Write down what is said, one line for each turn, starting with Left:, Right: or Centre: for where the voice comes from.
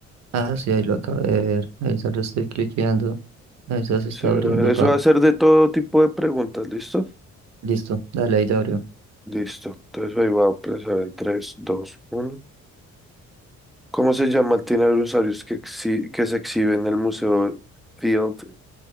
Right: Ah, sí, ahí lo acabo de ver. Ahí ya lo estoy cliqueando. Ahí ya se
Centre: Sí,
Right: está
Centre: brother.
Right: abriendo,
Centre: Eso
Right: pa.
Centre: va a ser de todo tipo de preguntas, ¿listo?
Right: Listo, dale, ahí ya abrió.
Centre: Listo. Entonces ahí va a empezar en 3, 2, 1. ¿Cómo se llama el dinosaurio que, exhi- que se exhibe en el Museo Field